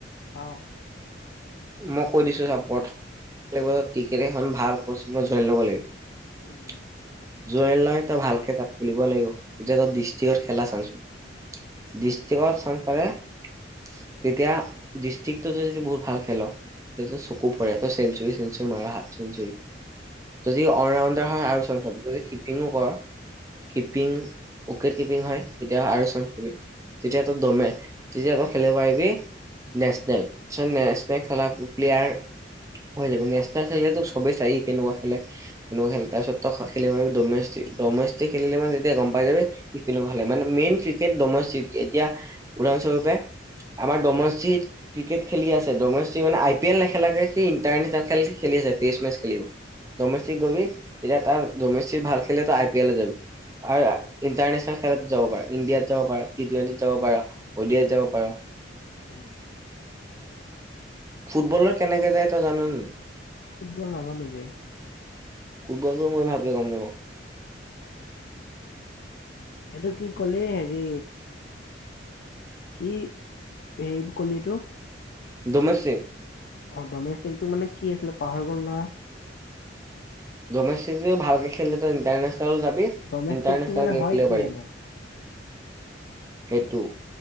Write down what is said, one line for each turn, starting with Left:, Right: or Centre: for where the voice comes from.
Left: অ
Right: মই কৈ দিছো চা প্ৰথমে ক্ৰিকেট এখন ভাল কচিনত জয়ন লব‌ লাগিব
Left: উম
Right: জয়ন লই তই ভালকে তাত খেলিব লাগিব তেতিয়া তই দৃষ্টিকত খেলা চাঞ্চচু দৃষ্টিকত চাঞ্চ পাৰে তেতিয়া দৃষ্টিকটো য যদি বহুত ভাল। হেলৌ' তেতিয়া যে চকু পৰে তই চেচুৰি যদি চেনচুৰি মাৰা হাফ চেচুৰি যদি অল ৰাউণ্ডাৰ হয় আৰু চ চ যদি কিপিংঙো <unintelligible> কিপিং উইকেট কিপিং হয় তেতিয়া আৰু চপি যেতিয়া তেতিয়াটো দমে তেতিয়া তাত খেলুৱাই বি নেচনেল চ নেচনেল খেলা প্লেয়াৰ হৈ যাব নেচনেল খেলেটো সবেই চাই কেনেকুৱা খেলে এনেও খেল তাৰ পিছততো হয়, খেলিব পাৰিবি ডমিষ্টিত- ডমিষ্টিত খেলিলে মানে, তেতিয়া গম পাই যাবি শিকিলোঁ মানে মেইন ক্ৰিকেট ডমেষ্টিতএতিয়া উদাহৰণস্বৰূপে- আমাৰ ডমষ্টিত ক্ৰিকেট খেলি আছে দমষ্টিত মানে আই- পি -এল নেখেলাকে সেই ইণ্টাৰনে্চনেল খেল-খেলি যায় টেষ্ট -মেচ খেলিব ডমেষ্টিক গলি এতিয়া তাৰ ডমেষ্টিক ভাল খেলিলেতো আই', - পি', -এলে ', -যাবি আৰু ইণ্টাৰনেশ্যনেল খেলত যাব পাৰা ইণ্ডিয়াত যাব পাৰা টি- -টুৱেণ্টিত যাব পাৰা অডিয়াত- যাব পাৰা।
Left: <unintelligible>
Right: ফুটবলত কেনেকে যায়, তই', জান নেনাই?
Left: ফুটবল নাজানুৰে।
Right: ফুটবলটো মই ', ভালকৈ গম নাপাওঁ।
Left: এইটো কি কলি হেৰি কি হেৰি কলি ইটো?
Right: ডমেষ্টিক,
Left: অ', ডমেষ্টিকটো মানে কি আছিলে পাহৰি গ'লো নহয়,
Right: ডমেষ্টিক যে ', ভালকৈ খেলিলে তই ইণ্টাৰনেশ্যনেল, তালৈ যাবি
Left: ডমেষ্টিকটো
Right: ইণ্টাৰনেচনল
Left: মানে
Right: গেম
Left: হয়
Right: খেলব
Left: কি
Right: পাৰিবি,
Left: মানে
Right: সেইটো',